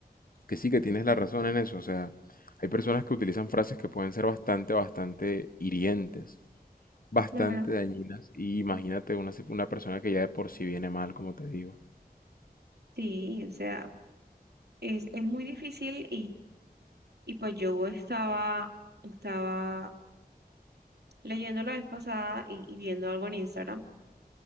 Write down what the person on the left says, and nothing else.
que sí que tienes la razón en eso. O sea, hay personas que utilizan frases que pueden ser bastante, bastante hirientes, bastante
dañinas. Y imagínate una, si- una persona que ya de por sí viene mal, como te digo.